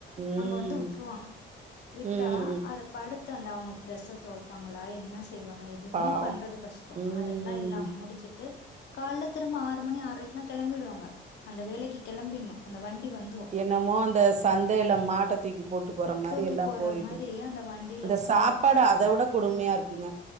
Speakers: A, on the right; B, on the left.
A: ம்
B: அங்க வந்து உட்ருவாங்க விட்டா
A: ம்
B: அத படுத் து அந்து அவுங்க டிரெஸ தொவப்பாங்ளா என்ன செ செய்வாங்க எதுமே
A: பாவோ
B: பண்றது கஷ்டொ
A: ம்
B: அதல்லா எல்லா முடிச்சு ட்டு கால்ல திரும்ப ஆறு மணி ஆற்ரைக்குலா கெளம்பிடுவாங்க அந்த வேலைக்கி கெளம்பிட்ணு அந்த வண்டி வந்துரு
A: என்னுமோ அந்த சந்தைல மாட்ட தூக்கி போட்டு போற மாரி
B: தூக்கி
A: எல்லா
B: போட்ற
A: போய்ட்ருக்
B: மாரி அந்த வண்டில
A: அந்த
B: உக்கார
A: சாப்பாடு
B: வச்சு
A: அத உட கொடுமையா ருக்குங்க